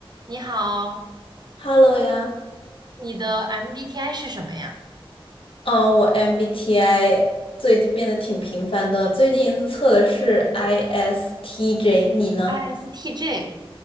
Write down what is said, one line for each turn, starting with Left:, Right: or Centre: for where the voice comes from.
Right: 你好，
Left: Hello 呀，
Right: 你的 MBTI 是什么呀
Left: 嗯，我 MBTI 最近变得挺频繁的，最近一次测的是 ISTJ，你呢？
Right: ？ISTJ。